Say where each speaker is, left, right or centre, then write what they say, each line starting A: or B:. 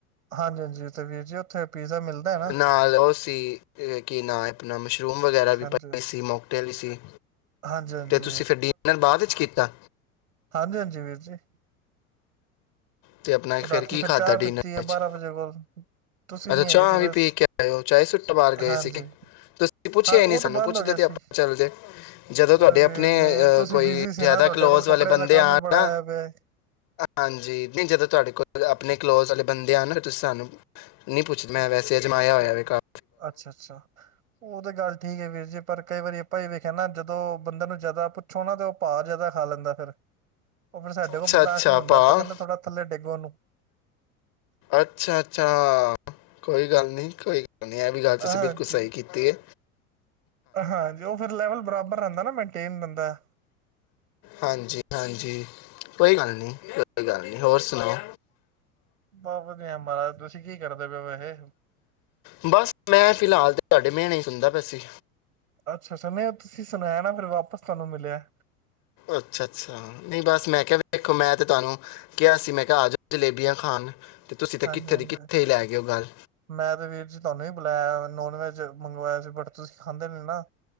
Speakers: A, on the right; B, on the left.
A: ਹਾਂਜੀ-ਹਾਂਜੀ, ਤੇ ਵੀਰ ਜੀ ਓ ਓਥੇ ਪੀਜ਼ਾ ਮਿਲਦਾ ਐ
B: ਨਾਲ ਓ ਸੀ ਕੀ ਨਾਮ ਏ ਆਪਨਾ, ਮਸ਼ਰੂਮ ਵਗੈਰਾ ਵੀ
A: ਹਾਂਜੀ
B: ਪਏ ਸੀ, ਮੋਕਟੇਲ ਸੀ।
A: ਹਾਂਜੀ ਹਾਂਜੀ
B: ਤੇ ਤੁਸੀਂ ਫੇਰ ਡਿਨਰ ਬਾਦ ਚ ਕੀਤਾ?
A: ਹਾਂਜੀ-ਹਾਂਜੀ ਵੀਰ ਜੀ।
B: ਤੇ ਆਪਨਾ ਇੱਕ ਫੇਰ
A: ਰਾਤੀ
B: ਕੀ
A: ਫਿਰ
B: ਖਾਧਾ
A: ਚਾਹ
B: ਡਿਨਰ
A: ਪੀਤੀ ਹੈ
B: ਚ?
A: ਬਾਰਾਂ ਵਜੇ ਕੋਲ ਤੁਸੀਂ
B: ਅੱਛਾ
A: ਨੀ
B: ਚਾਹ
A: ਹੈਗੇ ਸੀ
B: ਵੀ
A: ਬਸ
B: ਪੀ ਕੇ ਆਏ ਓ, ਚਾਯ ਸੁੱਟਾ ਬਾਰ ਗਏ
A: ਹਾਂਜੀ
B: ਸੀ ਕੇ? ਪੁੱਛਿਆ
A: ਹਾਂ ਉਹ
B: ਹੀ ਨੀ ਸਾਨੂੰ,
A: ਤੇ ਬੰਦ
B: ਪੁੱਛਦੇ
A: ਹੋ ਗਿਆ
B: ਤੇ ਆਪਾਂ
A: ਸੀ
B: ਚੱਲਦੇ। ਜਦੋਂ ਤੁਹਾਡੇ
A: ਅਰੇ ਵੀਰ
B: ਆਪਣੇ
A: ਜੀ
B: ਅ
A: ਤੁਸੀਂ
B: ਕੋਈ
A: ਬਿਜੀ ਸੀ
B: ਜਾਦਾ
A: ਨਾ ਤੁਹਾਡੇ
B: ਕਲੋਜ਼
A: ਕੋਲ ਕੱਪੜਿਆਂ
B: ਵਾਲੇ ਬੰਦੇ
A: ਦਾ ਕੰਮ
B: ਆਨ
A: ਵੀ ਬੜਾ
B: ਨਾ
A: ਆਇਆ ਪਿਆ
B: ਹਾਂਜੀ ਨਹੀਂ ਜਦੋਂ ਤੁਹਾਡੇ ਕੋਲ ਆਪਨੇ ਕਲੋਜ਼ ਵਾਲੇ ਬੰਦੇ ਆਨ ਤੁਸੀਂ ਸਾਨੂੰ ਨਹੀਂ ਪੁੱਛ ਮੈਂ ਵੈਸੇ ਜਮਾਇਆ ਹੋਇਆ ਕਰ
A: ਅੱਛਾ ਅੱਛਾ ਉਹ ਤਾਂ ਗੱਲ ਠੀਕ ਹੈ ਵੀਰ ਜੀ ਪਰ ਕਈ ਵਾਰੀ ਆਪਾਂ ਹੀ ਵੇਖਿਆ ਨਾ ਜਦੋਂ ਬੰਦਾ ਨੂੰ ਜ਼ਿਆਦਾ ਪੁੱਛੋ ਨਾ ਤੋਂ ਭਾ ਜਾਦਾ ਖਾ ਲੈਂਦਾ ਫੇਰ, ਓ ਫੇਰ ਸਾਡੇ ਕੋਲ
B: ਅੱਛਾ
A: ਬਰਦਾਸ਼ਤ
B: ਅੱਛਾ
A: ਨਹੀਂ ਹੁੰਦਾ
B: ਪਾ
A: ਆਪਾਂ ਕਹਿੰਦੇ ਥੋੜਾ ਥੱਲੇ ਡੇਗੋ ਓਨੁ।
B: ਅੱਛਾ, ਅੱਛਾ ਕੋਈ ਗੱਲ ਨੀ, ਕੋਈ ਗੱਲ ਨੀ, ਇਹ ਵੀ ਗੱਲ ਤੁਸੀਂ
A: ਹਾਂਜੀ
B: ਬਿਲਕੁਲ ਸਹੀ ਕੀ ਤੀ ਏ।
A: ਹਾਂਜੀ ਓ ਫਿਰ ਲੈਵਲ ਬਰਾਬਰ ਰਹਿੰਦਾ ਨਾ ਮੇਨਟੇਨ ਰਹਿੰਦਾ।
B: ਹਾਂਜੀ-ਹਾਂਜੀ, ਕੋਈ ਗੱਲ ਨੀ। ਕੋਈ ਗੱਲ ਨੀ, ਹੋਰ ਸੁਣਾਓ।
A: ਬਹ ਵਧੀਆ ਮਹਾਰਾਜ, ਤੁਸੀਂ ਕੀ ਕਰਦੇ ਪਏ ਹੋ ਵੈਸੇ?
B: ਬਸ ਮੈਂ ਫਿਲਹਾਲ ਤੇ ਤੁਹਾਡੇ ਮੇਣੇ ਈ ਸੁਨਦਾ ਪਿਆ ਸੀ।
A: ਅੱਛਾ ਅੱਛਾ ਨਹੀਂ ਤੁਸੀਂ ਸੁਣਾਇਆ ਨਾ ਫਿਰ ਵਾਪਸ ਤੁਹਾਨੂੰ ਮਿਲਿਆ
B: ਅੱਛਾ ਅੱਛਾ ਨਹੀਂ ਬਸ ਮੈਂ ਕਿਹਾ ਵੇਖੋ ਮੈਂ ਤੇ ਤੁਹਾਨੂੰ ਕਿਹਾ ਸੀ ਮੈਂ ਕਿਹਾ ਆ ਜਾਓ ਜਲੇਬੀਆਂ ਖਾਣ ਤੁਸੀਂ ਤੇ
A: ਹਾਂਜੀ
B: ਕਿੱਥੇ
A: ਹਾਂਜੀ
B: ਦੀ ਕਿੱਥੇ ਹੀ ਲੈ ਗਏ ਹੋ ਗੱਲ
A: ਮੈਂ ਤੇ ਵੀਰ ਜੀ ਤੁਹਾਨੂੰ ਹੀ ਬੁਲਾਇਆ ਨੋਨ ਵੈਜ ਮੰਗਵਾਇਆ ਸੀ ਬਟ ਤੁਸੀਂ ਖਾਂਦੇ ਨੇ ਨਾ